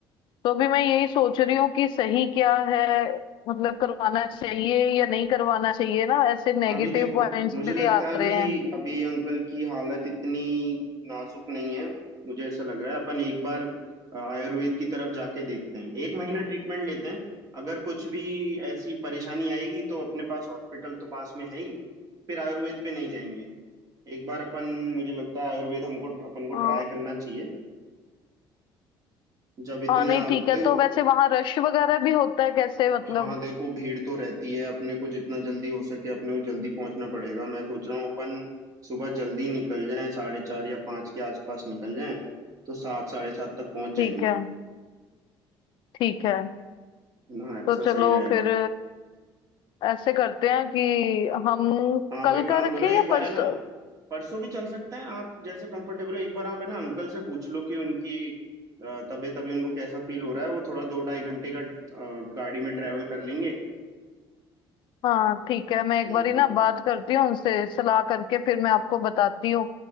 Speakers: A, on the left; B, on the right.
A: तो अभी मैं यही सोच रही हूँ कि सही क्या है मतलब करवाना चाहिए या नहीं करवाना चाहिए ना ऐसे नेगेटिव
B: अभी देखो
A: पॉइंट्स
B: मुझे
A: भी
B: लगता
A: आ
B: है
A: रहे
B: अभी
A: हैं
B: अभी अंकल की हालत इतनी नाजुक नहीं है मुझे ऐसा लग रहा है अपन एक बार अ, आयुर्वेद की तरफ जाके देखते हैं एक महीना ट्रीटमेंट लेते हैं अगर कुछ भी ऐसी परेशानी आएगी तो अपने पास हॉस्पिटल तो पास में है ही फिर आयुर्वेद पे नहीं जाएंगे एक बार अपन मुझे लगता है आयुर्वेद हमको अपन को
A: हाँ
B: ट्राई करना चाहिए जब इतना
A: हाँ नहीं ठीक है
B: देखो
A: तो वैसे वहां रश वगैरह भी होता है कैसे मतलब
B: हाँ देखो भीड़ तो रहती है अपने को जितना जल्दी हो सके अपने को जल्दी पहुंचना पड़ेगा मैं सोच रहा हूँ अपन सुबह जल्दी निकल जाएं साढ़े चार या पाँच के आसपास निकल जाएं तो सात साढ़े सात तक पहुंच
A: ठीक
B: जाएंगे
A: है ठीक है
B: है ना
A: तो
B: ऐसा
A: चलो
B: सही रहेगा
A: फिर ऐसे करते हैं कि हम
B: आप
A: कल
B: एक काम
A: का रखें
B: करो एक
A: या
B: बार
A: परसों
B: है ना परसों भी चल सकते हैं आप जैसे कंफर्टेबल हो एक बार आप है ना अंकल से पूछ लो कि उनकी अ, तबीयत अभी उनको कैसा फील हो रहा है वो थोड़ा दो ढाई घंटे का अ, गाड़ी में ट्रैवल कर लेंगे
A: हाँ ठीक है मैं एक
B: एक
A: बारी
B: बार
A: ना बात करती हूँ उनसे सलाह करके फिर मैं आपको बताती हूँ